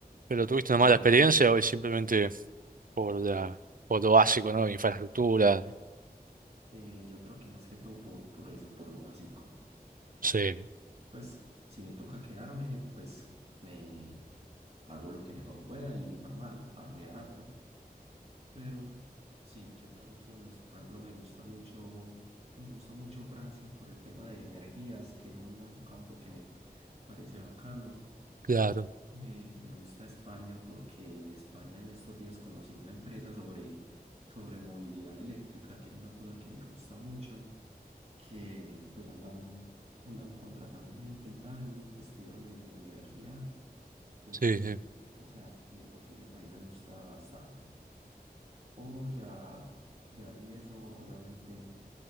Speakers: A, on the right; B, on the right.
A: ¿Pero tuviste una
B: Eh,
A: mala experiencia o es simplemente... por la, por lo básico, ¿no? Infraestructura.
B: eh, yo creo que más que todo por, por eso, por lo básico.
A: Sí,
B: Pues si me toca quedarme, pues me hago lo que mejor pueda y normal, ah, me adapto. Pero sí, ¿qué otras opciones? Por ejemplo, me gusta mucho, me gusta mucho Francia por el tema de energías, que es una- un campo que me parece bacano.
A: claro.
B: Me, me gusta España porque en España en estos días conocí una empresa sobre, sobre movilidad eléctrica, que es una cosa que me gusta mucho que pues andan, andan contratando gente y tal, estuvieron en mi universidad, entonces
A: Sí,
B: esas,
A: sí.
B: eh, o sea, y de por sí ese país me gusta bastante. O ya, ya sí eso, obviamente